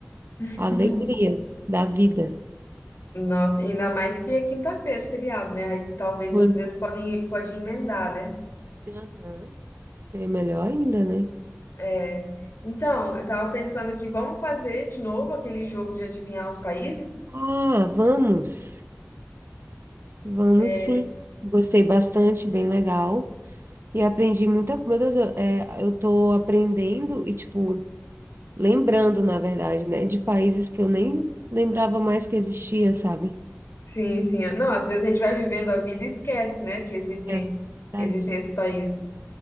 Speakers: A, on the left (about 80°); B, on the right (about 60°).
A: <laughs>
B: a alegria da vida.
A: Nossa, ainda mais que é quinta-feira, feriado, né? Aí talvez
B: Foi-
A: às vezes podem, pode emendar, né?
B: Aham. Gostei melhor ainda, né?
A: É. Então, eu tava pensando aqui, vamos fazer de novo aquele jogo de adivinhar os países?
B: Ah, vamos. Vamos
A: É.
B: sim. Gostei bastante, bem legal. E aprendi muita coisa. Meu Deus, eu, é, eu tô aprendendo e, tipo, lembrando, na verdade, né? De países que eu nem lembrava mais que existia, sabe?
A: Sim, sim. Não, às vezes a gente vai vivendo a vida e esquece, né? Que existem,
B: É verdade.
A: existem esses países.